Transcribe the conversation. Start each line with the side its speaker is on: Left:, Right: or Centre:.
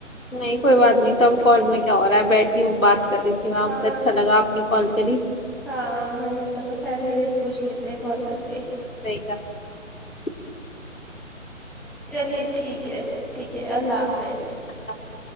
Left: نہیں کوئی بات نہیں تب کال میں کیا ہو رہا ہے بیٹھی ہوں بات ی تھی وہاں
Centre: ہاں
Left: سے اچھا لگاپ نے کال کری
Centre: ہاں میں نے چلو خیر ہی پوچھ لیتے ہیں کال کر کے
Left: <unintelligible>
Centre: چلیے ٹھیک ہے ٹھیک اللہ حافظ
Left: اللہ حافظ